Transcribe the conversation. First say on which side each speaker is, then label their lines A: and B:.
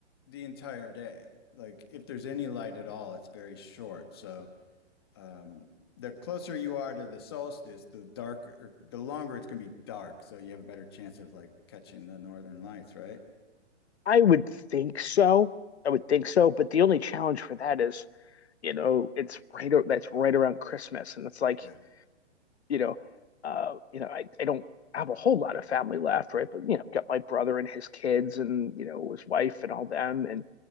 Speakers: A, on the left; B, on the left.
A: the entire day. Like if there's any light at all, it's very short. So Um, the closer you are to the solstice, the darker, er, the longer it's gonna be dark. So you have a better chance of like catching the northern lights, right?
B: I would think so. I would think so. But the only challenge for that is, you know, it's right o- that's right around Christmas, and it's like,
A: Yeah,
B: you know, uh, you know, I, I don't have a whole lot of family left, right? But you know, I've got my brother and his kids, and you know, his wife and all them, and